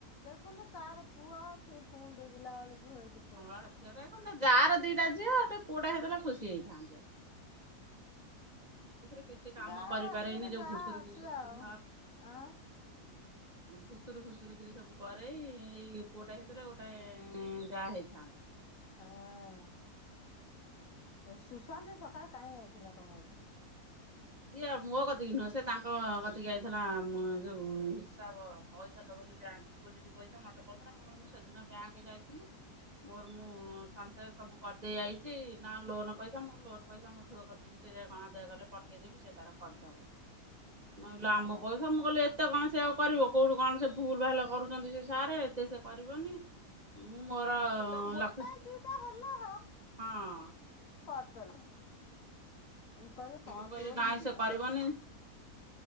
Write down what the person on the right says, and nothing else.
ହଁ ଅଟା କୁ ଯା ର ଦିଟା ଝିଅ ପୁଅଟା ହେଇଥିଲେ ଖୁସି ହେଇଥାନ୍ତେ। ଏଥିରେ କିଛି
କାମ କରିପାରେନି
ଯୋଉ
ଘୁଷୁରି
ଘୁଷୁରି
ଖୁସୁର ଖୁସୁରିକିରି ସବୁ କରେଇ ଏଇ ପୁଅଟା ହେଇଥିଲେ ଗୋଟାଏ ଯାହା ହେଇଥାନ୍ତା।
ସିଏ ମୋଅ କତିକି ନୁହେଁ ସେ ତାଙ୍କ କତିକି ଆଇଥିଲା ମ ଯୋଉ ହିସାବ ପଇସା ଦବ ବୋଲି ବ୍ୟାଙ୍କ ଡିପୋଜିଟ ପଇସା ମତେ କହୁଥିଲା ମୁଁ କହିନି ମୁଁ ସେଦିନ ବ୍ୟାଙ୍କ ଯାଇଥିଲି। ମୋର ମୁଁ ସଞ୍ଚୟ ସବୁ କରିଦେଇ ଆଇଚି ନା ଲୋନ ପଇସା ମୋର ଲୋନ ପଇସା। ମୋ ଝୁଅ କତିକି କେ ଯାଏ କଣା ଦେ କଲେ ପଠେଇଦେବି ସେ ତାର କରିଦବ ନହେଲେ ଆମ
ପଇସା ମୁଁ କଲେ ଏତେ କଣ ସେ ଆଉ କରିବ କୋଉଠୁ କଣ ସେ ଭୁଲ ଭାଲ କରୁଛନ୍ତି ସେ ସାରେ ଏତେ ସେ କରିବନି। ମୁଁ ମୋର
ଲକ୍ଷେ
ହଁ।
ମୁଁ କହିଲି
ନାଇଁ
ସେ କରିବନି